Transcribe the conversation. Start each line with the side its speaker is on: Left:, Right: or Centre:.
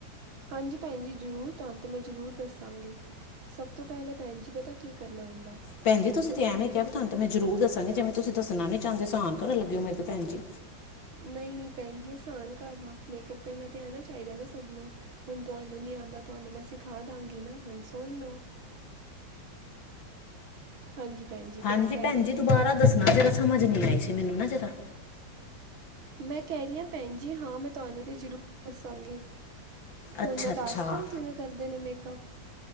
Right: ਹਾਂਜੀ ਭੈਣ ਜੀ ਜ਼ਰੂਰ ਤੁਹਾਨੂੰ ਤਾਂ ਮੈਂ ਜ਼ਰੂਰ ਦੱਸਾਂਗੀ? ਸਭ ਤੋਂ ਪਹਿਲੇ ਭੈਣ ਜੀ ਪਿਤਾ ਕੀ ਕਰਨਾ ਹੁੰਦਾ।
Left: ਭੈਣ ਜ
Right: ਸਭ
Left: ਤੁਸੀਂ
Right: ਤੋਂ
Left: ਤੇ
Right: ਪਹਿਲੇ
Left: ਐਵੇਂ ਕਿਹਾ ਤੁਹਾਨੂੰ ਮੈਂ ਜ਼ਰੂਰ ਦੱਸਾਂਗੀ ਜਿਵੇ ਤੁਸੀਂ ਦੱਸਣਾ ਨੀ ਚਾਹਦੇ ਆਾਨ ਕਰਨ ਲਗੇ ਹੋ ਮੇਰੇ ਤੇ ਭੈਣ ਜੀ?
Right: ਨਹੀਂ ਨਹੀਂ ਭੈਣ ਜੀ ਆਸਾਨ ਕਰ ਆ ਮੇਕਅਪ ਕਰਨਾ ਤੇ ਆਣਾ ਚਾਹੀਦਾ ਨਾ ਸਭ ਨੂੰ। ਹੁਣ ਤੁਹਾਨੂੰ ਨੀ ਆਉਂਦਾ ਤੁਹਾਨੂੰ ਮੈਂ ਸਿਖਾ ਦਾਂਗੀ ਨਾ ਹੁਣ ਸੁਣ ਲੋ। ਹਾਂਜੀ ਭੈਣ ਜੀ। ਤੇ
Left: ਹਾਂਜੀ
Right: ਮੈਂ ਕਹਿ
Left: ਭੈਣ
Right: ਰਹੀ
Left: ਜੀ
Right: ਸੀ
Left: ਦੁਬਾਰਾ ਦੱਸਣਾ ਜਰਾ ਸਮਝ ਨਹੀਂ ਆਈ ਸੀ ਮੈਨੂੰ ਨਾ ਜਰਾ।
Right: ਮੈਂ ਕਹਿ ਰਹੀ ਹਾਂ ਭੈਣ ਜੀ ਹਾਂ ਮੈਂ ਤੁਹਾਨੂੰ ਤੇ ਜ਼ਰੂਰ ਦੱਸਾਂਗੀ। ਹੁਣ
Left: ਅੱਛਾ
Right: ਮੈਂ
Left: ਅੱਛਾ
Right: ਦੱਸਦਾ ਕਿਵੇਂ ਕਰਦੇ ਨੇ ਮੇਕਅਪ?